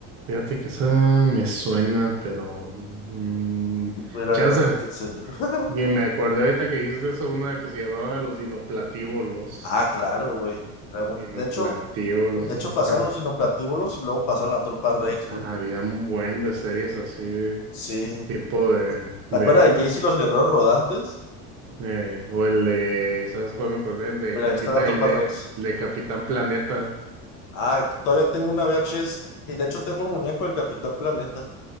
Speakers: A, on the right; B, on the left.
A: Fíjate que esa me suena, pero mm,
B: Mira,
A: chanza.
B: ahorita en serio. <laughs>
A: Y me acordé ahorita que dijiste eso, una que se llamaba los dinoplatívolos.
B: Ah, claro, güey. Era muy-
A: Dinoplatívolos.
B: De hecho, de hecho
A: Ajá.
B: pasaron los dinoplatíbulos y luego pasaron la tropa Rex, güey.
A: Ajá, había un buen de series así, de
B: Sí,
A: tipo de, de
B: ¿Te acuerdas de Jayce y los guerreros rodantes?
A: eh, o el de, ¿sabes cuál me acordé? El de
B: Mira,
A: Capitán,
B: ahí está la Tropa
A: el de,
B: Rex.
A: el de Capitán Planeta.
B: Ah, todavía tengo una VHS. Y de hecho tengo un muñeco del Capitán Planeta.